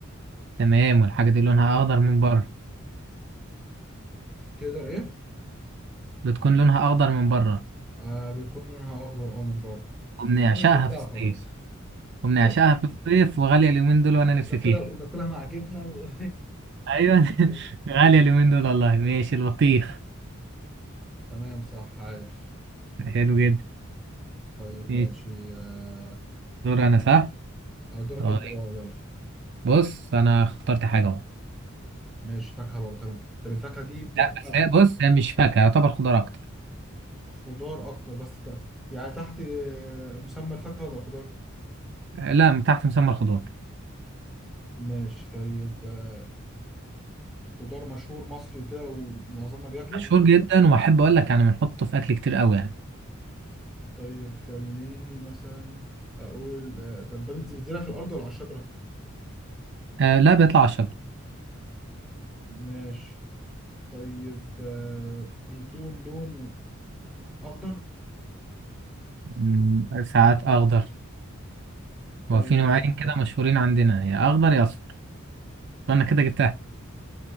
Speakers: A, on the right; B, in the centre.
A: تمام والحاجة دي لونها أخضر من بره
B: تقدر ايه
A: بتكون لونها أخضر من بره
B: آه بيكون لونها اخضر اه من بره
A: وبنعشقها
B: اعتقد جبتها
A: في الصيف
B: خلاص
A: وبنعشقها
B: ايه
A: في الصيف وغالية اليومين دول وأنا نفسي
B: ناكلها
A: فيها
B: ناكلها مع جبنه و...
A: أيوه <laughs>
B: <laughs>
A: غالية اليومين دول والله ماشي البطيخ
B: تمام صح عايش
A: حلو جدا
B: طيب
A: ماشي
B: ماشي آه
A: دور أنا صح
B: آه، دورك
A: طيب
B: انت بقى يلا
A: بص أنا اخترت حاجة أهو
B: ماشي فاكهه برضه تمام طب الفاكهه دي بتبقى
A: لا بس هي بص هي مش فاكهة يعتبر خضار أكتر
B: خضار اكتر بس ت... يعني تحت آه، مسمى الفاكهه ولا الخضار
A: آه، لا من تحت مسمى الخضار
B: ماشي طيب آه، خضار مشهور مصري وكده ومعظمنا بياكله
A: مشهور جدا وأحب أقول لك يعني بنحطه في أكل كتير قوي يعني
B: طيب خليني مثلا اقول آه، طب ده بتز- بتزرع في الارض ولا على الشجره
A: آه لا بيطلع على شجر
B: ماشي طيب آه، بيكون لونه اخضر
A: مم، ساعات أخضر
B: طيب
A: وفي نوعين كده مشهورين عندنا يا أخضر يا أصفر أنا كده جبتها